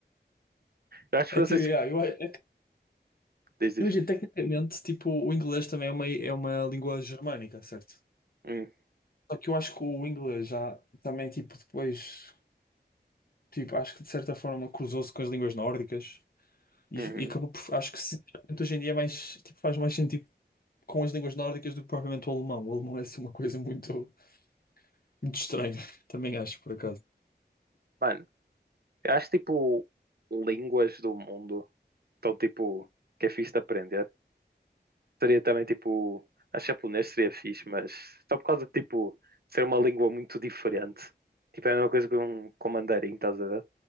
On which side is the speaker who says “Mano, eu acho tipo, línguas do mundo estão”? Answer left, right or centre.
Right